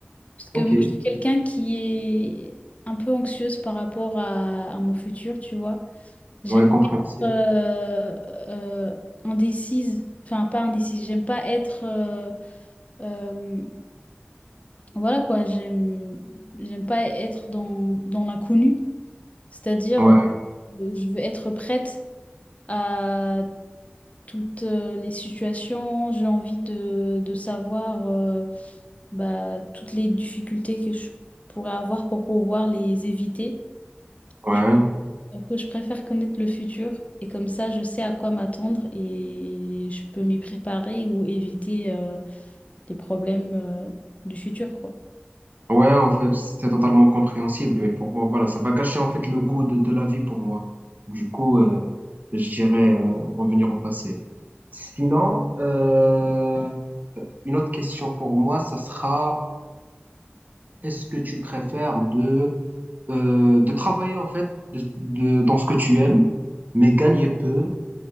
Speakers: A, on the left (about 35°); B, on the right (about 45°).
A: Parce que
B: Ok.
A: moi, je suis quelqu'un qui est un peu anxieuse par rapport à, à mon futur, tu vois. J'aime
B: Ouais, compréhensible.
A: pas être euh, euh, indécise, enfin pas indécise, j'aime pas être... euh, euh, Voilà quoi, j'aime j'aime pas être dans, dans l'inconnu, c'est-à-dire
B: Ouais,
A: euh, je veux être prête à toutes euh, les situations, j'ai envie de, de savoir euh, bah, toutes les difficultés que je pourrais avoir pour pouvoir les éviter.
B: ouais.
A: Je, donc, je préfère connaître le futur et comme ça je sais à quoi m'attendre et je peux m'y préparer ou éviter euh, les problèmes euh, du futur quoi.
B: Ouais, en fait, c'est totalement compréhensible, mais pour moi, voilà, ça va cacher en fait le goût de, de la vie pour moi. Du coup, euh, je dirais euh, revenir au passé. Sinon, euh, une autre question pour moi, ça sera, est-ce que tu préfères de, euh, de travailler en fait de, de- dans ce que tu aimes, mais gagner peu,